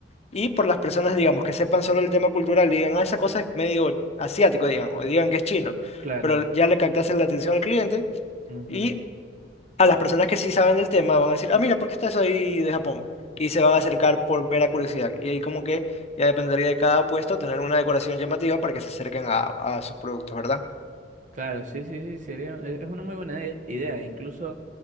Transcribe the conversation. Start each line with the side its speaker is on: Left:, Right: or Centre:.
Left: y por las personas, digamos, que sepan solo el tema cultural y digan, ah, esa cosa es medio asiático, digan, o digan que es chino,
Right: claro.
Left: pero ya le captasen la atención al cliente
Right: ujú.
Left: y a las personas que sí saben del tema van a decir, ah, mira, ¿por qué está eso ahí de Japón? Y se van a acercar por mera curiosidad. Y ahí como que ya dependería de cada puesto tener una decoración llamativa para que se acerquen a, a sus productos, ¿verdad?
Right: Claro, sí, sí, sí, sería, e- es una muy buena i- idea. Incluso,